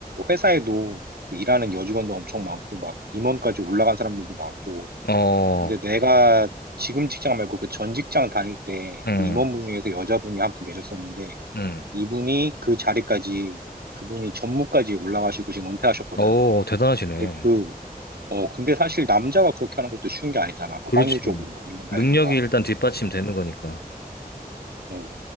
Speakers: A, on the right (about 80°); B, on the left (about 85°).
A: 회사에도 그 일하는 여직원도 엄청 많고 막 임원까지 올라간 사람들도 많고
B: 응. 어,
A: 근데 내가 지금 직장 말고 그 전 직장 다닐 때
B: 응,
A: 그 임원분 중에서 여자분이 한 분 계셨었는데
B: 응.
A: 이분이 그 자리까지 그분이 전무까지 올라가시고 지금 은퇴하셨거든.
B: 오, 대단하시네.
A: 근데 그, 어, 근데 사실 남자가 그렇게 하는 것도 쉬운 게 아니잖아. 그
B: 그렇지.
A: 확률적으로, 임원 달기가.
B: 능력이 일단 뒷받침되는 거니까.
A: 근데 예.